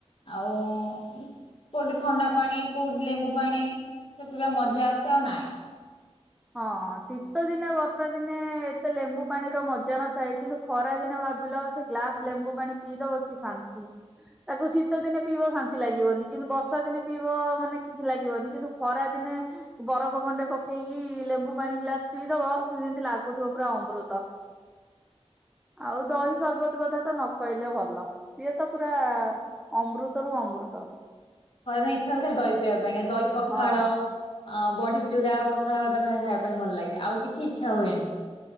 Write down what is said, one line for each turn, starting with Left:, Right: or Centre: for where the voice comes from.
Left: ଆଉ କୋଉଠି ଥଣ୍ଡା ପାଣି କୋଉଠି ଲେମ୍ବୁ ପାଣି ସେପିବା ମଜା ଆସେ ଆଉ ନାଇଁ।
Centre: ହଁ ଶୀତ ଦିନେ ବର୍ଷା ଦିନେ ଏତେ ଲେମ୍ବୁ ପାଣିର ମଜା ନଥାଏ କିନ୍ତୁ ଖରା ଦିନେ ଭାବିଲ ସେ ଗ୍ଲାସ ଲେମ୍ବୁ ପାଣି ପିଇଦବ କି ଶାନ୍ତି। ତାକୁ ଶୀତ ଦିନେ ପିଇବ ଶାନ୍ତି ଲାଗିବନି କିନ୍ତୁ ବର୍ଷା ଦିନେ ପିଇବ ମାନେ କିଛି ଲାଗିବନି କିନ୍ତୁ ଖରା ଦିନେ ବରଫ ଖଣ୍ଡେ ପ କେଇ କି ଲେମ୍ବୁ ପାଣି ଗ୍ଲାସ ପିଇଦବ ସେ ଯେମିତି ଲାଗୁଥିବ ପୁରା ଅମୃତ। ଆଉ ଦହି ସରବତ୍ତ କଥା ତ ନ କହିଲେ ଭଲ ସିଏ ତ ପୁରା ଅମୃତ ରୁୁ ଅମୃତ।
Left: ଘରେ ଇଚ୍ଛା ହୁଏ ଖାଲି ଦହି ପିଇବା ପାଇଁ ଦହି ପଖାଳ
Centre: ହଁ।
Left: ଅ ବଢି ଚୁରା ପଖାଳ ଭାତ ସାଙ୍ଗେ ଖାଇବା ପାଇଁ ଭଲ ଲାଗେ ଆଉ କିଛି ଇଚ୍ଛା ହୁଏନି।